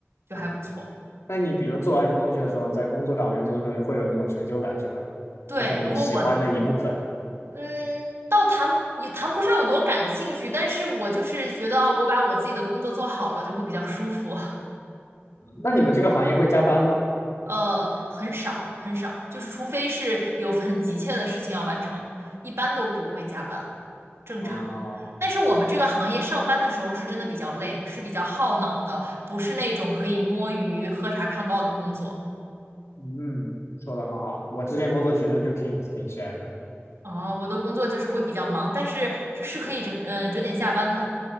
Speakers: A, on the right (about 65°); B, on the left (about 85°).
A: 就还不错。
B: 啊，那你比如做完什么东西的时候，在工作岗位上做的时候，会有那种成就感，是吧？
A: 对，
B: 那是你喜欢的一部分。
A: 如果我嗯，倒谈也谈不上有多感兴趣，但是我就是觉得啊，我把我自己的工作做好了就会比较舒服。
B: 那你们这个行业会加班吗？
A: 呃，很少很少，就是除非是有很急切的事情要完成，一般都不会加班，正常。
B: 啊，
A: 但是我们这个行业上班的时候是真的比较累，是比较耗脑的，不是那种可以摸鱼、喝茶看报的工作。
B: 嗯，说的很好。我之前工作其实就挺挺闲的
A: 哦，我的工作就是会比较忙，但是是可以整，呃，准点下班的。